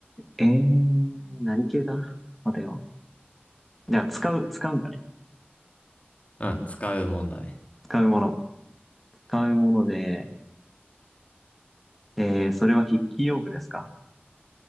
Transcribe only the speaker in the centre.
えー、何系だ待てよ。じゃあ使う、使うんだね。
使うもの。使うもので、えー、それは筆記用具ですか